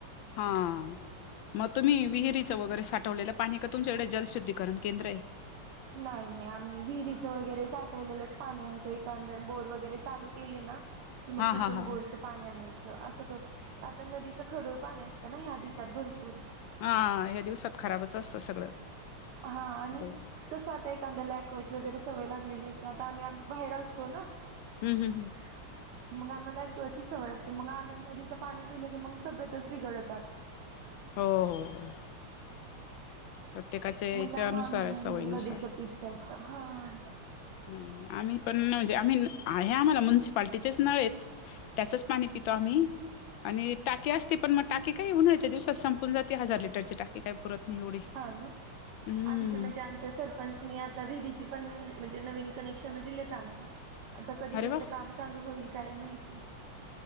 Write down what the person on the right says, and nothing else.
नाही नाही आम्ही विहिरीच वगैरे साठवलेलंच पाणी आणतो एकंदर बोर वगैरे चालू केले ना कि मग
तिथून
बोरच पाणी आणायचं असं कर आता नदीचं खडुळ पाणी असतना ह्या दिवसात भरपूर.
हा आणि.
कसं आता एखाद्याला अक्वाचे वगैरे सवय लागलेली असते ना आता आम्ही बाहेर असतो ना.
हा ना मग आम्हाला ऐकवाची सवय असते मग आलं नदीच पाणी पिलं की मग तब्येतच बिघडतात.
मग
त्यामुळे
आम्ही नाही
मग नदीचं पीत जास्त हा हा.
हा ना
आमची म्हणजे आ- -मच्या सरपंचनी आता विहिरीचे पण म्हणजे नवीन कनेक्शन दिलेत आम्हाला आता कधी
त्याच
काम चालू होईल काय माहिती